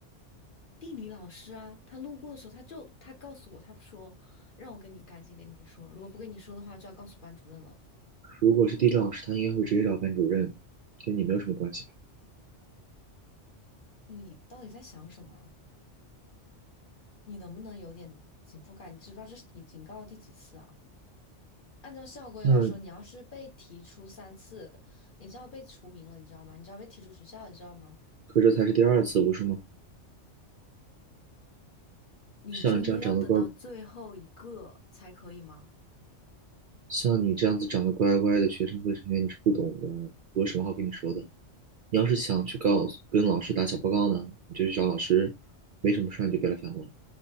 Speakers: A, on the left; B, on the right.
A: 地理老师啊，他路过的时候，他就他告诉我，他说让我跟你赶紧跟你说，如果不跟你说的话，就要告诉班主任了。
B: 如果是地理老师，他应该会直接找班主任，跟你没有什么关系吧？
A: 你到底在想什么？你能不能有点紧迫感？你知不知道这是你警告的第几次啊？按照校规来说，
B: 像，
A: 你要是被提出三次，你就要被除名了，你知道吗？你就要被踢出学校，你知道吗？
B: 可这才是第二次，不是吗？
A: 你真的要等到最后一个才可以吗？
B: 像你这样长得乖，像你这样子长得乖乖的学生会成员，你是不懂的，我有什么好跟你说的？你要是想去告诉跟老师打小报告呢，你就去找老师，没什么事儿你就别来烦我了。